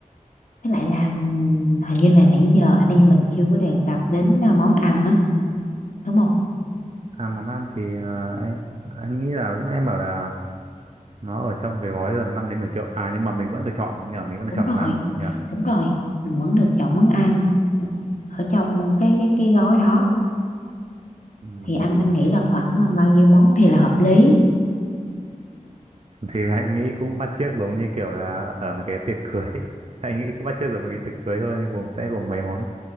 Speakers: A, on the left; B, on the right.
A: Với lại là ừm, hình như là nãy giờ anh em mình chưa có đề cập đến à, món ăn á, đúng không?
B: À món ăn thì à, anh, anh nghĩ là lúc nãy em bảo là nó ở trong cái gói tầm 5 đến 10 triệu. À nhưng mà mình vẫn được chọn đúng không nhỉ? Mình vẫn được
A: Đúng
B: chọn
A: rồi.
B: món ăn đúng không nhỉ?
A: Đúng rồi, mình vẫn được chọn món ăn ở trong cái cái cái gói đó
B: Ừ.
A: thì anh anh nghĩ là khoảng ờ, bao nhiêu món thì là hợp lý
B: thì anh nghĩ cũng bắt chước giống như kiểu là ở một cái tiệc cưới <laughs> anh nghĩ cũng bắt chước giống một cái tiệc cưới thôi gồm sẽ gồm mấy món